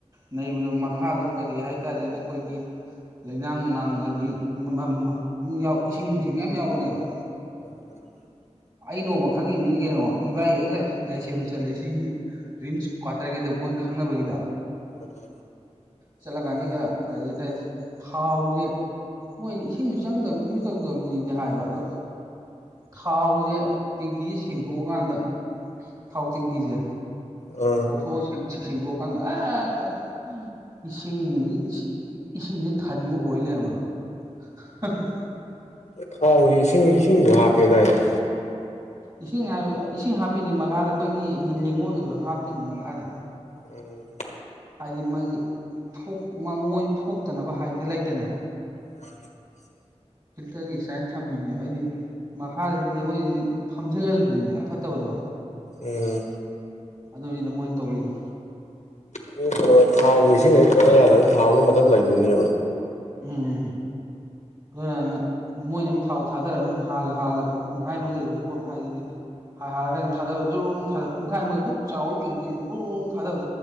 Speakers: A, on the right (about 35°); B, on the left (about 80°).
A: ꯅꯩꯕꯗꯣ ꯃꯈꯥꯗꯣ ꯀꯔꯤ ꯍꯥꯏꯇꯥꯔꯦꯅꯦ ꯑꯈꯣꯏꯒꯤ ꯂꯩꯅꯥꯡ ꯅꯨꯡꯅꯥꯡ ꯍꯥꯏꯗꯤ ꯃ-ꯃ-ꯃ ꯏꯁꯤꯡ ꯅꯨꯡꯁꯤꯡ ꯃꯌꯥꯝ ꯌꯥꯎꯕꯅꯦꯕ
B: <unintelligible>
A: ꯑꯩ ꯅꯣꯡꯃ ꯈꯪꯉꯤꯕꯅꯤ ꯀꯩꯅꯣ ꯏꯕꯥꯏ ꯑꯩꯒ ꯒꯥꯔꯤ ꯁꯦꯝꯕ ꯆꯠꯂꯦ ꯁꯤꯒꯤ ꯔꯤꯝꯁ ꯀ꯭ꯋꯥꯇꯔꯒꯤꯗ ꯃꯣꯏ ꯈꯪꯅꯕꯒꯤꯗ
B: ꯑꯗ
A: ꯆꯠꯂꯀꯥꯟꯁꯤꯒ ꯀꯔꯤ ꯍꯥꯏꯇꯥꯔꯦ ꯊꯥꯎꯖꯦ ꯃꯣꯏꯅꯗꯤ ꯏꯁꯤꯡꯁꯨ ꯆꯪꯗꯕꯅꯤ ꯀꯩꯁꯨ ꯇꯧꯗꯕꯅꯤꯗꯤ ꯍꯥꯏꯕ ꯑꯗꯣ ꯊꯥꯎꯖꯦ ꯇꯦꯡꯀꯤꯖꯦꯁꯤ ꯁꯦꯡꯗꯣꯛꯑꯀꯥꯟꯗ ꯊꯥꯎ ꯇꯦꯡꯀꯤꯁꯦ
B: ꯑꯥ
A: ꯂꯧꯊꯣꯛꯑ ꯁꯦꯡ ꯁꯦꯡꯗꯣꯛꯑꯀꯥꯟꯗ ꯍꯦꯛꯇ ꯏꯁꯤꯡꯖꯤ ꯏꯁꯤꯡꯁꯤꯅ ꯊꯟꯕ ꯑꯣꯏ ꯂꯩꯔꯝ ꯏꯌꯥꯕ ꯍꯥ-ꯍꯥ
B: ꯊꯥꯎꯖꯦ ꯏꯁꯤꯡ ꯏꯁꯤꯡꯁꯨ ꯍꯥꯞꯄꯦꯗꯥꯏꯅꯦ
A: ꯏꯁꯤꯡ ꯍꯥꯏ ꯏꯁꯤꯡ ꯍꯥꯞꯄꯤꯅꯤ ꯃꯈꯥꯗ ꯑꯩꯈꯣꯏꯒꯤ ꯂꯤ ꯂꯦꯡꯉꯣꯏꯒꯁꯨ ꯍꯥꯞꯄꯤꯅꯤ ꯃꯈꯥꯗ
B: ꯎꯝ
A: ꯍꯥꯏꯗꯤ ꯃꯥꯒꯤ ꯊꯣꯛ ꯃꯃꯣꯢ ꯊꯣꯛꯇꯅꯕ ꯍꯥꯏꯗꯤ ꯂꯩꯗꯅ
B: <inaudible>
A: ꯐꯤꯜꯇꯔꯒꯤ ꯁꯨꯌꯥꯢꯟ ꯊꯝꯃꯤꯅꯦꯕ ꯍꯥꯏꯗꯤ ꯃꯈꯥꯗꯗꯤ ꯂꯩꯉꯣꯏꯁꯤꯗꯤ ꯐꯝꯖꯤꯜꯍꯜꯂꯤꯗꯅ ꯑꯐꯠꯇꯕꯗꯣ
B: ꯑꯣ
A: ꯑꯗꯨꯅꯤꯗ ꯃꯣꯏꯅ ꯇꯧꯔꯤꯗꯣ
B: ꯀꯩꯅꯣ ꯊꯥꯎꯒ ꯢꯁꯤꯡꯒ ꯇꯣꯠꯅ ꯌꯥꯗꯅꯤꯅ ꯊꯥꯎꯅ ꯃꯊꯛ ꯂꯩꯈꯤꯅꯤꯕ
A: ꯎꯝ ꯑꯗꯨꯅ ꯃꯣꯏꯅ ꯑꯃꯨꯛ ꯊꯥꯎ ꯊꯥꯗꯔꯒ ꯑꯃꯨꯛ ꯍꯥꯜꯂꯛꯄ ꯄꯨꯡꯈꯥꯏ ꯑꯃ ꯂꯩꯕ ꯈꯣꯠꯄ ꯍꯥꯏꯗꯨꯗꯤ ꯍꯥꯜꯔꯀꯥꯟꯗ ꯊꯥꯗꯕ ꯖ꯭ꯔꯣꯡ ꯊꯥ ꯄꯨꯡꯈꯥꯏ ꯑꯃꯒ ꯑꯗꯨꯛ ꯆꯥꯎꯕ ꯇꯦꯡꯀꯤꯗꯨ ꯕ꯭ꯔꯣꯡ ꯊꯥꯗꯕ